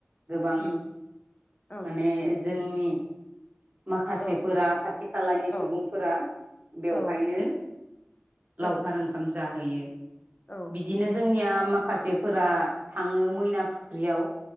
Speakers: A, on the right (about 40°); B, on the left (about 30°).
A: गोबां
B: उम ओं
A: माने जोंनि माखासेफोरा
B: औ
A: खाथि खालानि
B: औ
A: सुबुंफोरा बेवहायनो।
B: औ औ
A: लावखार ओंखाम जाहैयो
B: औ
A: बिदिनो जोंनिया माखासेफोरा थाङो मैना फुख्रियाव